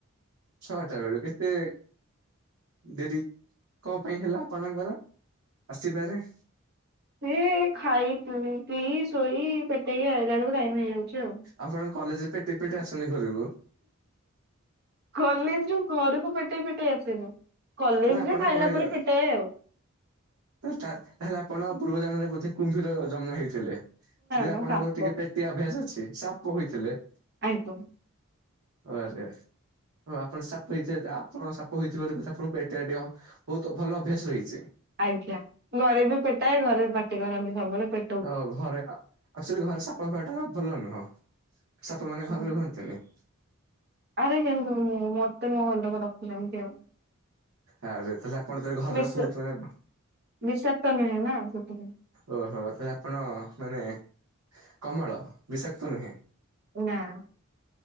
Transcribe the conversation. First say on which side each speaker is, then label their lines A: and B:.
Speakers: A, on the right; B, on the right.
A: ଛଅଟା ବେଳୁକୁ ଏତେ ଡେରି କଁ ପେଇଁ ହେଲା ଆପଣଙ୍କର ଆସିବାରେ?
B: ସେ ଖାଇି ପିଇ ଶୋଇ ପେଟେଇ ଆଇଲା ବେଳକୁ ଟାଇମ୍ ହେଇଯାଉଚି ଆଉ।
A: ଆପଣ କଲେଜ୍ ପେଟେଇ ପେଟେଇ ଆସନ୍ତି ଘରୁକୁ।
B: କଲେଜରୁ ଘରକୁ ପେଟେଇ ପେଟେଇ ଆସନି କଲେଜ
A: ନା ଆପଣ
B: ରେ ଖାଇଲା
A: କହିଲେ
B: ପରେ ପେଟାଏ ଆଉ।
A: ତାହେଲେ ଆପଣ ପୂର୍ବ
B: ନା
A: ଜନରେ ବୋଧେ କୁମ୍ଭୀର ଜନ୍ମ ହେଇଥିଲେ? ସେଥିପାଇଁ
B: ନା
A: ଆପଣଙ୍କ
B: ସାପ
A: ର ଟିକେ ପେଟେଇବା ଅଭ୍ୟାସ ଅଛି ସାପ ହୋଇଥିଲେ।
B: ଆଇତୁ
A: ଆରେ ଆରେ ହଁ ଆପଣ ସାପ ହେଇଥିବ ଆପଣ ସାପ ହେଇଥିବାରୁ ଆପଣଙ୍କୁ ପେଟ ଆ ଆଉ ଅ ବହୁତ ଭଲ ଅଭ୍ୟାସ ହୋଇଛି।
B: ଆଜ୍ଞା ଘରେ ବି ପେଟାଏ ଘରେ ପାଟି କରନ୍ତି ସବୁବେଳେ ପେ
A: ଓ ଘରେ ଆଚୁଆଲି ଘରେ ସଫା ସଫା ଟା ଭଲ ନୁହଁ। ସାପ ମାନ ଘରେ
B: ହୁଁ।
A: ରୁହନ୍ତିନି।
B: ଆରେ କେମିତି ମୁଁ ଜାଣିବି ମତେ ମୋ ଘର ଲୋକ ରଖୁଛନ୍ତି। ଆଉ
A: ଆରେ ତାହେଲେ ଆପଣ ତାହେଲେ ଘରର
B: ବିଷ
A: ବହୁତ ମାନେ
B: ବିଷାକ୍ତ ନୁହେଁ ନା ସେଥିପାଇଁ।
A: ଓହୋ ତାହେଲେ ଆପଣ ମାନେ କମଳ ବିଷାକ୍ତ ନୁହେଁ।
B: ନାଁ